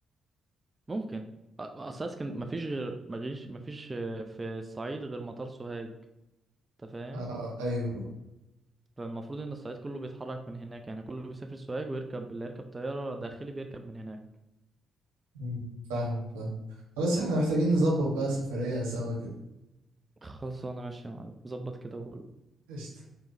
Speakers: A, on the right (about 20°); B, on the right (about 85°).
A: ممكن أ- اصل اسكن مفيش غير مفيش مفيش آه، في الصعيد غير مطار سوهاج انت فاهم
B: اه ايوه
A: فالمفروض ان الصعيد كله بيتحرك من هناك يعني كله بيسافر سوهاج ويركب اللي يركب طيارة داخلي بيركب من هناك
B: مم. فاهمك فاهم خلاص احنا محتاجين نظبط بقى سفريه سوا كده
A: خلاص انا ماشي يا معلم ظبط كده وقول
B: قشطة